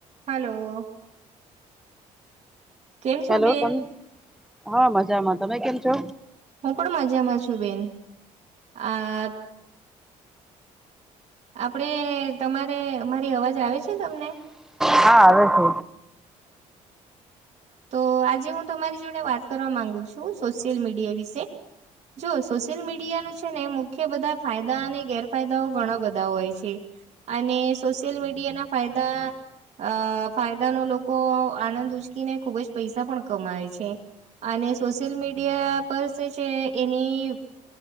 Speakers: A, on the right; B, in the centre.
A: હલો. કેમ છો
B: હાલો
A: બેન
B: કોન! હા મજામાં. તમે કેમ છો?
A: હું પણ મજામાં છું બેન આ આપડે તમારે મારી અવાજ આવે છે તમને?
B: હા આવે છે.
A: તો આજે હું તમારી જોડે વાત કરવા માંગુ છું સોશિયલ મીડિયા વિશે? જો સોશિયલ મીડિયાનો છે ને મુખ્ય બધા ફાયદા અને ગેરફાયદાઓ ઘણા બધા હોય છે. અને સોશિયલ મીડિયાના ફાયદા અ ફાયદાનો લોકો આનંદ ઉચકીને ખુબ જ પૈસા પણ કમાય છે. અને સોશિયલ મીડિયા પર જે છે એની..